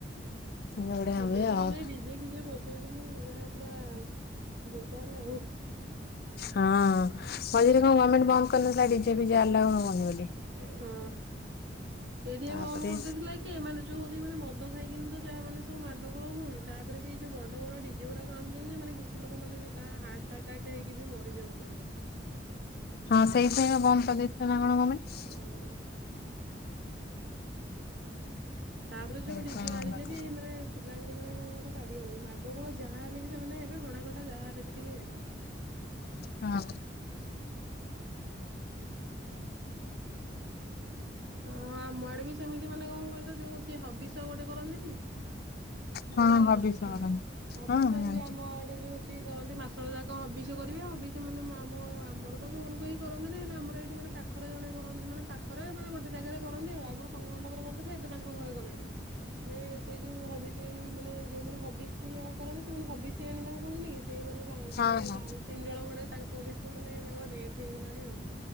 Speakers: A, on the left; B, on the right.
A: ବଢିଆ
B: ଏବେ
A: ହୁଏ
B: ତ
A: ଆଉ
B: ମାନେ ଡିଜେ ଫିଜେ ବଜେଇକିନି ଯା ଆ ପୁରା ପୁରା ବୋବାଲ ଆଉ।
A: ହଁ ମଝିରେ କଣ ଗମେଣ୍ଟ ବନ୍ଦ କରିନଥିଲା ଡିଜେ ଫିଜେ ଆଲାଓ ହବନି ବୋଲି?
B: ହଁ ଏଇଟା ବି
A: ତାପରେ
B: ବନ୍ଦ କରିଦେଇଥିଲା କି? କି ଏମାନେ ଯୋଉ ମାନେ ମଦ ଖାଇକିନି ତ ଯାହା ମାନେ ସବୁ ମାଡଗୋଳ ହୁଅନ୍ତି ତାପରେ ବି ଏଇ ଯୋଉ ବଡ ବଡ ଡି ଜେ ଉରାକ ଆଣୁଛନ୍ତି ଯେ ମାନେ କିଛି ଲୋକମାନେ ଯେ ତା ହାର୍ଟ ଆଟାକ୍ ହେଇକି ବି ମରିଯାଉଛନ୍ତି।
A: ହଁ ସେଇପାଇଁ ଆ ବନ୍ଦ କରିଦେଇଥିଲା ନା କଣ ଗମେଣ୍ଟ।
B: ଉଁ। ତାପରେ
A: ସେଇଥିପାଇଁ
B: ଯୋଉ ଡିଜେ ଆଣିଲେ ବି ମାନେ ପିଲାଙ୍କୁ ମାନେ କଣ କହିଲ ପାରି ହଉନି ମାଡଗୋଳ ଯାହା ହେଲେ ବି ସେମାନେ ହେବେ ହଣାକଟ ଟା ଯାହା ହେଲେବି ଟିକେ ହେବେ।
A: ହଁ।
B: ହଁ ଆମ ଆଡେ ବି ସେମିତି ମାନେ କଣ କହିଲ ଯୋଉ ହଉଛି ହବିସ ଗୋଟେ କରନ୍ତିନି
A: ହଁ
B: ନା ଜାଣିନ
A: ହବିଷ
B: ହଁ।
A: କରନ୍ତି
B: ହବିଷ
A: ହଁ
B: ଏମିତି
A: ଜାଣିଛି
B: ଆମ ଆଡେ ଯୋଉ ସ କରନ୍ତି ମାସ ଯାକ ହବିଷ କରିବେ ହବିଷ ମାନେ ଆମ ଆମର ସବୁ ଘରୁକୁ ଆଇ କରନ୍ତିନି ନା ଆମର ଏଇଠି ମାନେ ପାଖରେ ଜଣେ କରନ୍ତି ମାନେ ପାଖରେ ମାନେ ଗୋଟେ ଜାଗାରେ କରନ୍ତି ଆଉ ଆଗରୁ ଶନି ମଣ୍ଡପରେ କରୁଥିଲେ ଏବେ ତାଙ୍କ ଘରେ କଲେଣି। ନା ସେ ଯୋଉ ହବିସିଆଣୀ ମାନେ ଯୋଉମାନେ ହବିଷିଅ କରନ୍ତି ସେମାନେ ହବିସିିଆଣୀ ତାଙ୍କୁ କୁହନ୍ତି କି ସେଇମାନେ ଗାଁ
A: ହଁ
B: ସେମାନେ
A: ହଁ
B: ଜା ତିନି ଜଣ ଖଣ୍ଡେ ତାଙ୍କ ଭିତରୁ ମାନେ ତାଙ୍କର ଡେଥ ହେଇଗଲାଣି ଆଉ।